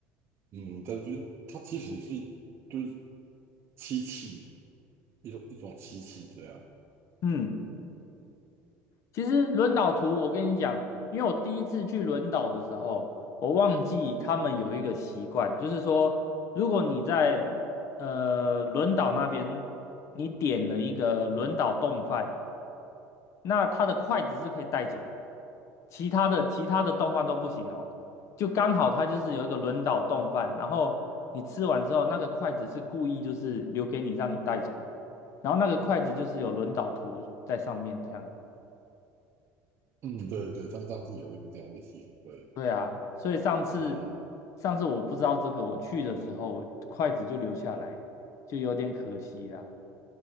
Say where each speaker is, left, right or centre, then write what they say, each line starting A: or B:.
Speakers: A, on the right; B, on the left.
A: 嗯，但就是它其实是就是漆器一种一种漆器这样。
B: 嗯。其实轮岛图，我跟你讲，因为我第一次去轮岛的时候，我忘记他们有一个习惯，就是说，如果你在呃轮岛那边，你点了一个轮岛冻饭，那它的筷子是可以带走的，其他的其他的冻饭都不行哦。就刚好它就是有一个轮岛冻饭，然后你吃完之后，那个筷子是故意就是留给你让你带走的，然后那个筷子就是有轮岛图在上面这样。
A: 嗯，对对，他们当地有一个这样的习俗，对，对
B: 对啊，所以上次
A: 嗯
B: 上次我不知道这个，我去的时候筷子就留下来，就有点可惜啦，